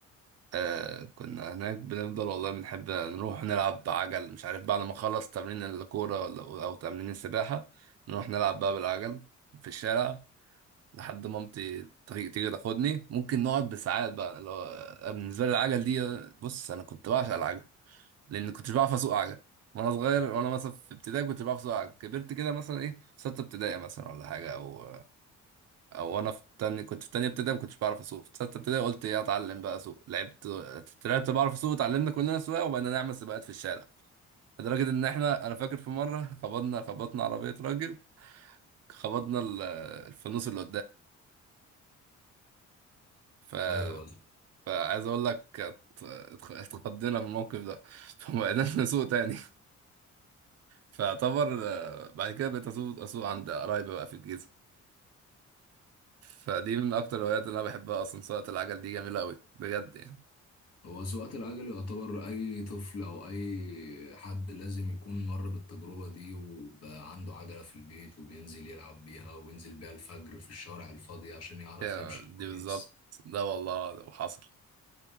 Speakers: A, on the right (about 55°); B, on the left (about 55°).
A: آه، كنا هناك بنفضل والله بنحب نروح نلعب بعجل مش عارف بعد ما نخلص تمرين الكوره ولا- او تمرين السباحه نروح نلعب بقى بالعجل في الشارع لحد مامتي تيجي تيجي تاخدني ممكن نقعد بساعات بقى اللي هو أنا بالنسبه لي العجل دي بص انا كنت بعشق العجل لان كنتش بعرف اسوق عجل وانا صغير وانا مثلا في ابتدائي كنت بعرف اسوق عجل كبرت كده مثلا ايه في سته ابتدائي مثلا ولا حاجه او او وانا في تاني كنت في تانيه ابتدائي ما كنتش بعرف اسوق في سته ابتدائي قلت ايه اتعلم بقى اسوق لعبت طلعت بعرف اسوق اتعلمنا كلنا سواقه وبقينا نعمل سباقات في الشارع لدرجه ان احنا انا فاكر في مره خبطنا خبطنا عربيه راجل خبطنا ال- الفانوس اللي قدام
B: ايوه
A: فعايز اقول لك ات- اتخ- اتخضينا من الموقف ده فما بقيناش <laughs> نسوق تاني فاعتبر آه، بعد كده بقيت اسوق اسوق عند قرايبي بقى في الجيزه فدي من اكتر الهوايات اللي انا بحبها اصلا سواقه العجل دي جميله قوي بجد يعني
B: هو سواقة العجل يعتبر اي طفل او اي حد لازم يكون مر بالتجربة دي وبقى عنده عجلة في البيت وبينزل يلعب بيها وينزل بيها الفجر في الشوارع الفاضية عشان يعرف
A: هي
B: يمشي
A: دي
B: كويس
A: بالظبط ده والله وحصل